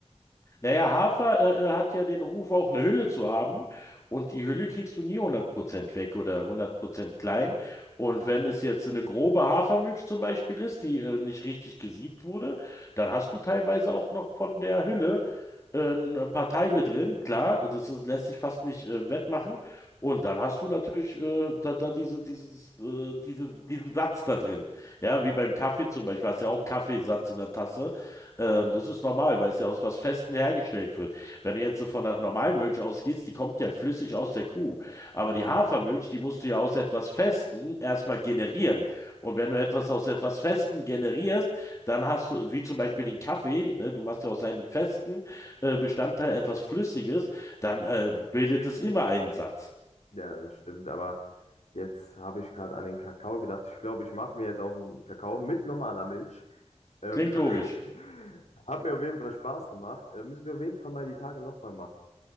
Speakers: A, on the left (about 25°); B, on the left (about 80°).
A: Naja, Hafer äh, äh, hat ja den Ruf, auch eine Hülle zu haben. Und die Hülle kriegst du nie hundert Prozent weg oder hundert Prozent klein. Und wenn es jetzt eine grobe Hafermilch zum Beispiel ist, die äh, nicht richtig gesiebt wurde, dann hast du teilweise auch noch von der Hülle äh, ein paar Teile drin. Klar, das ist, lässt sich fast nicht äh, wettmachen. Und dann hast du natürlich äh, da, da diese, dieses, äh, diese, diesen Satz da drin. Ja, wie beim Kaffee zum Beispiel, hast ja auch Kaffeesatz in der Tasse. Ähm, das ist normal, weil es ja aus was Festem hergestellt wird. Wenn du jetzt so von einer normalen Milch ausgehst, die kommt ja flüssig aus der Kuh. Aber
B: Mhm.
A: die Hafermilch, die musst du ja aus etwas Festem erstmal generieren. Und wenn du etwas aus etwas Festem generierst, dann hast du, wie zum Beispiel den Kaffee, ne, du machst ja aus einem festen äh, Bestandteil etwas Flüssiges, dann äh, bildet es immer einen Satz.
B: Ja, das stimmt, aber jetzt habe ich gerade an den Kakao gedacht. Ich glaube, ich mache mir jetzt auch einen Kakao mit normaler Milch. Ähm,
A: Klingt logisch.
B: <laughs> hat mir auf jeden Fall Spaß gemacht. Äh, müssen wir auf jeden Fall mal die Tage nochmal machen.